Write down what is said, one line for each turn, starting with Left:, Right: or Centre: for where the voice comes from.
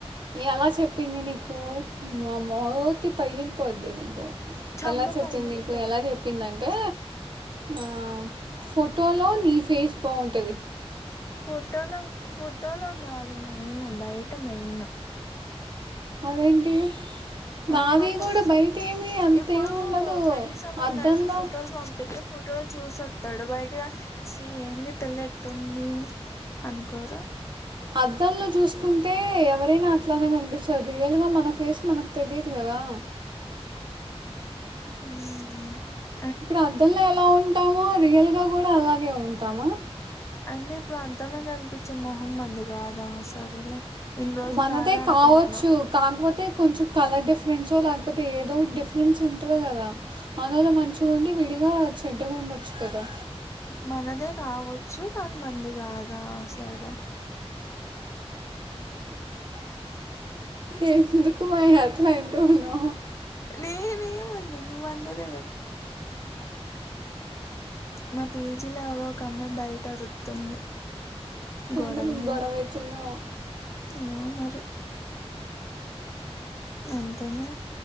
Right: ఎలా చెప్పింది నీకు వామ్మో ప పగిలిపోద్ది నీకు
Left: చంప
Right: ఎలా చెప్పింది
Left: పగిలిపోయి
Right: నీకు ఎలా చెప్పిందంటే ఆ ఫోటోలో నీ ఫేస్ బావుంటది
Left: ఫోటోలో ఫోటోలో కాదు మెయిన్ బయట మెయిన్
Right: అదేంటి నాది
Left: ఆ మా ఫ
Right: కూడా బయట ఏమీ అంత
Left: ఇప్పుడు
Right: ఏమి ఉండదు
Left: పెళ్లి సంబంధానికి
Right: అద్దంలో
Left: ఫోటోలు పంపిండు ఫో రోజు చూసొస్తాడు బయట చీ ఏంది పిల్ల ఎట్టుంది అనుకోరు
Right: అద్దంలో చూసుకుంటే ఎవరైనా అట్లానే కనిపిస్తారు రియల్ గా మన ఫేస్ మనకు తెలియదు కదా
Left: ఉమ్ హా
Right: ఇప్పుడు అద్దంలో ఎలా ఉంటామా రియల్ గా కూడా అలాగే ఉంటామా
Left: అందే ఇప్పుడు అద్దంలో కనిపించే మొహం మనది కాదా సరేలే ఇన్ని రోజులు
Right: మనదే
Left: నాదే అనుకుంటున్నా
Right: కావచ్చు కాకపోతే కొంచెం కలర్ డిఫరెన్స్ లేక పోతే ఏదో ఒక డిఫరెన్స్ ఉంటది కదా అనలో మంచిగాండి విడిగా చెడ్డగా ఉండొచ్చు కదా
Left: మనదే కావచ్చు కానీ మంది కాదా సరే
Right: ఏందుకు మా హట్లాంట ఉన్నా
Left: నేనేమన్నా నువ్వు అన్నదే కదా న పీజీల ఎవరో ఒక అమ్మాయి బయట అరుతుంది గొడవేమో
Right: ఎందుకు గొడవైతుందవో
Left: ఏమో మరి అంతేనే